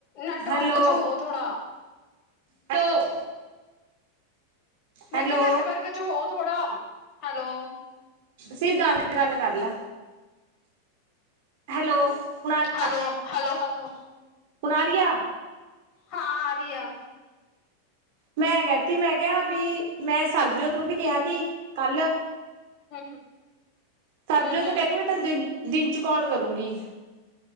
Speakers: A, on the left; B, on the right.
A: ਨੈਟਵਰਕ
B: ਹੈਲੋ
A: ਚ ਹੋ ਥੋੜਾ
B: ਹੈਲੋ
A: ਮੈਂ
B: ਹੈਲੋ
A: ਕਿਹਾ ਨੈਟਵਰਕ ਚ ਹੋ ਥੋੜਾ ਹੈਲੋ
B: ਸ਼ੀਦਾਂਖ ਤੇ ਗੱਲ ਕਰ ਲੇ ਹੈਲੋ ਹੁਣ ਆ ਰਹੀ
A: ਹੈਲ,
B: ਆ
A: ਹੈਲੋ, ਹੈਲੋ
B: ਹੁਣ ਆ ਰਹੀ ਐ।
A: ਹਾਂ ਆਰੀ ਆ।
B: ਮੈਂ ਕਹਿ ਤੀ ਮੈਂ ਕਿਹਾ, ਵੀ ਮੈਂ ਸਰਬਜੋਤ ਨੂੰ ਵੀ ਕਿਹਾ ਤੀ ਕੱਲ
A: ਹੂੰ,
B: ਸਰਬਜੋਤ
A: ਹੂੰ ਹੂੰ
B: ਕਹਿੰਦੀ, ਮੈਂ ਤੈਨੂੰ ਦਿਨ-ਦਿਨ ਚ ਕੌਲ ਕਰੂੰਗੀ।